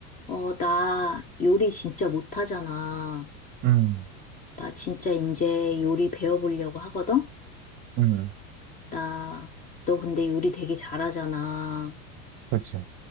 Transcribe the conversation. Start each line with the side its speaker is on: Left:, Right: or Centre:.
Left: 어, 나 요리 진짜 못하잖아.
Right: 음,
Left: 나 진짜 이제 요리 배워보려고 하거든?
Right: 음,
Left: 나, 너 근데 요리 되게 잘하잖아.
Right: 그치.